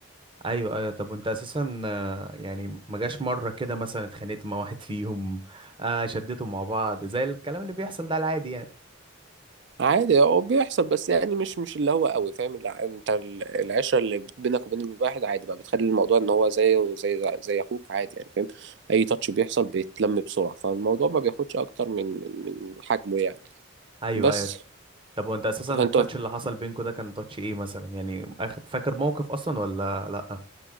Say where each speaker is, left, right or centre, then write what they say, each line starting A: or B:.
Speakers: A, on the right; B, on the right.
A: ايوه ايوه طب وانت اساسا آه، يعني ما جاش مره كده مثلا اتخانقت مع <laughs> واحد فيهم آه شديتوا مع بعض زي الكلام اللي بيحصل ده العادي يعني
B: عادي هو بيحصل بس يعني مش مش اللي هو قوي فاهم الع- انت ال- العشره اللي بينك وبين الواحد عادي بقى بتخلي الموضوع ان هو زيه زي زي اخوك عادي يعني فاهم اي تاتش بيحصل بيتلم بسرعه فالموضوع ما بياخدش اكتر من من من حجمه يعني
A: ايوه
B: بس
A: ايوه طب وانت اساسا التاتش
B: فانت
A: اللي حصل بينكوا ده كان تاتش ايه مثلا يعني آخر- فاكر موقف اصلا ولا لا